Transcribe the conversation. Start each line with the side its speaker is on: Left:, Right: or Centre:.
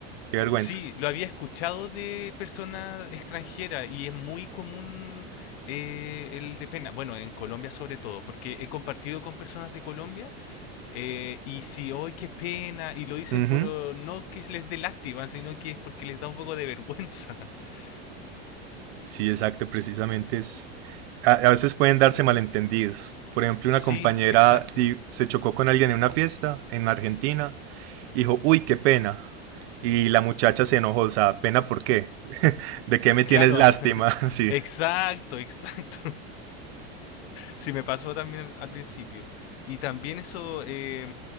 Right: qué vergüenza.
Left: Sí, lo había escuchado de personas extranjeras y es muy común eh, el de pena. Bueno, en Colombia sobre todo, porque he compartido con personas de Colombia eh, y si, hoy qué pena, y lo dicen
Right: Ujú,
Left: por oh, no que les dé lástima, sino que es porque les da un poco de vergüenza. <laughs>
Right: Sí, exacto, precisamente es... A, a veces pueden darse malentendidos. Por ejemplo, una
Left: Sí,
Right: compañera
Left: exacto.
Right: di- se chocó con alguien en una fiesta en Argentina, y dijo, uy, qué pena. Y la muchacha se enojó, o sea, ¿pena por qué? ¿De qué me
Left: Claro,
Right: tienes lástima?
Left: ah, <laughs>
Right: <laughs> Sí.
Left: exacto, exacto. Sí, me pasó también al, al principio. Y también eso eh,